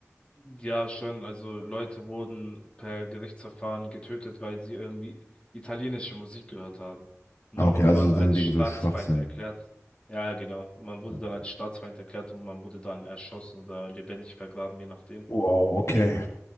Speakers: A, on the left (about 20°); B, on the left (about 60°).
A: Ja, schon. Also Leute wurden per Gerichtsverfahren getötet, weil sie irgendwie italienische Musik gehört haben. Und
B: Ah,
A: dann
B: okay,
A: wurde
B: also
A: man
B: dann
A: als
B: wegen
A: Staatsfeind
B: so Schwachsinn.
A: erklärt. Ja, genau. Man wurde
B: Okay.
A: dann als Staatsfeind erklärt und man wurde dann erschossen oder lebendig vergraben, je nachdem.
B: Wow, okay.